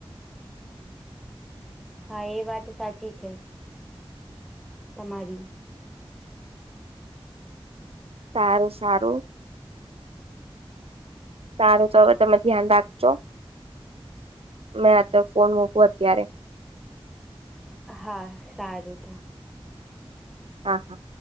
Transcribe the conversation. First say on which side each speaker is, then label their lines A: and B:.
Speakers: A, in the centre; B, on the right.
A: હા એ વાત સાચી છે. તમારી
B: સારું સારું સારું તો હવે તમે ધ્યાન રાખજો મેં આ તો ફોન મૂકું અત્યારે
A: હા સારું તો
B: હા હા